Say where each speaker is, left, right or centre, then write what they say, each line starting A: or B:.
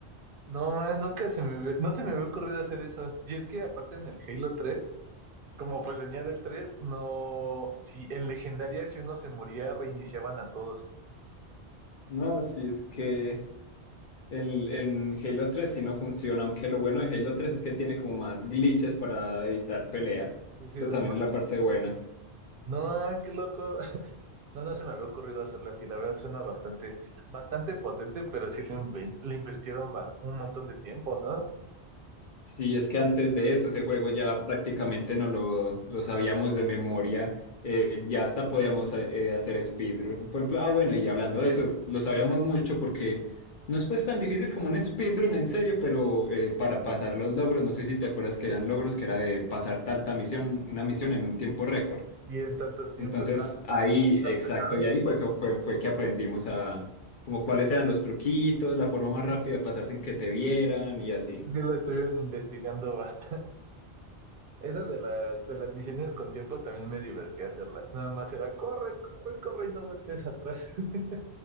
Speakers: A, on the right; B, on the left.
A: No, man, nunca se me hubie- no se me había ocurrido hacer eso. Y es que aparte en el Halo 3, como pues venía del 3, no, si en legendaria si uno se moría, reiniciaban a todos.
B: No, sí, es que El, en Halo 3 sí no funciona, aunque lo bueno de Halo 3 es que tiene como más glitches para evitar peleas.
A: Sí, sí,
B: Eso
A: no
B: también
A: manches.
B: es la parte buena.
A: No, ah, qué loco. No, no se me había ocurrido hacerlo así. La verdad suena bastante, bastante potente, pero sí le, inven- le invirtieron ba- un montón de tiempo, ¿no?
B: Sí, es que antes de eso ese juego ya prácticamente no lo, lo sabíamos de memoria. Eh, ya hasta podíamos eh, hacer speedrun. Por ejemplo, ah bueno, y hablando de eso, lo sabíamos mucho porque no es pues tan difícil como un speedrun en serio, pero eh, para pasar los logros, no sé si te acuerdas que eran logros que era de pasar tal, tal misión, una misión en un tiempo récord.
A: Y en tanto tiempo
B: Entonces
A: está,
B: ahí,
A: está
B: exacto,
A: pesada.
B: y ahí fue que, fue, fue que aprendimos a como cuáles eran los truquitos, la forma más rápida de pasar sin que te vieran y así.
A: Sí sí la estuvieron investigando bastante. <laughs> Esa de las, de las misiones con tiempo también me divertía hacerlas. Nada más era corre, corre, corre y no voltees atrás. <laughs>